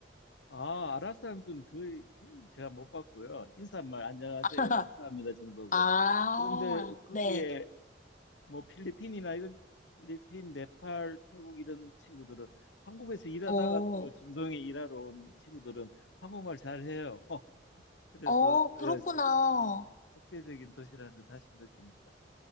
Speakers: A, on the left; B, on the left.
A: 아, 아랍 사람들은 거의, 거의 제가 못 봤고요. 인사말 안녕하세요,
B: <laughs>
A: 감사합니다 정도고.
B: 아,
A: 그런데 거기에
B: 네.
A: 뭐 필리핀이나 이런 필리핀, 네팔, 태국 이런 친구들은 한국에서 일하다가
B: 어,
A: 또 중동에 일하러 온 친구들은 한국말 잘해요. <laughs> 그래서
B: 어, 그렇구나.
A: 예, 국제적인 도시라는 걸 다시 느낍니다.